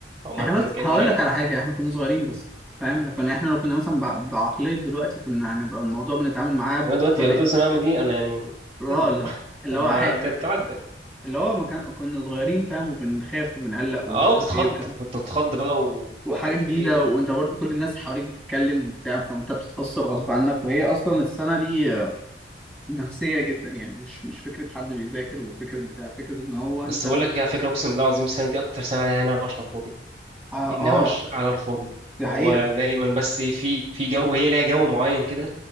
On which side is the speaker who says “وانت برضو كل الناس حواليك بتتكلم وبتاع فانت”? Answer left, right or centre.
Centre